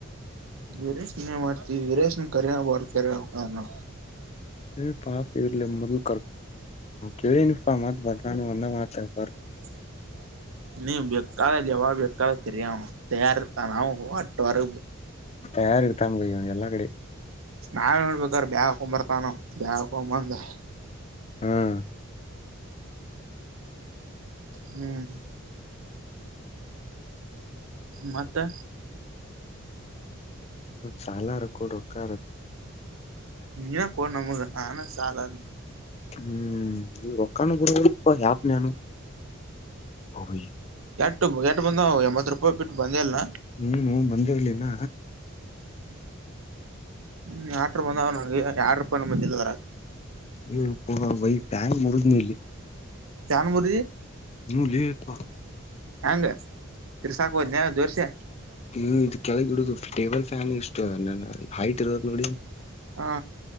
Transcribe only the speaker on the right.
ವೀರೇಶನ ಮಾಡ್ತೀವಿ ವೀರೇಶನ್ ಕರಿ ಬೇಕೇನು
<inaudible> ನೀ ಬೇಕ ಲಾವ ಬೇಕಳ ಕಿಯ ತಾರಾವಪ್ಪ ನಾವು
ನಾವ ಹೇಳ್ಬೇಕ್ರ ಬ್ಯಾಗ್ ಹಾಕೊಂಡು ಬರ್ತಾನ ಬ್ಯಾಕೊ ಬಂದ
ಹ್ಮ್ ಮತ್ತೆ
ನೀನಾ ಕೊಡ್ ನಮಗೆ ನನ್ಗೆ ಸಾಲ ಆದ
ಎಟ್ ಬಂದ್ ಎಂಬತ್ ರೂಪಾಯಿ ಬಿಟ್ಟು ಬಂದೇ ಇಲ್ಲ
ಹ್ಮ್ ಅಟ್ರಾವ ಬಂದವ ಎರಡ್ ರೂಪಾಯಿಯಿ ಬಂದಿಲ್ಲ
ಫ್ಯಾನ್ ಮುರಿದಿ
ಹಂಗ ತಿರ್ಸಾಕ ಹೋದ್ನ ದೋಸ್ತ
ಹಾ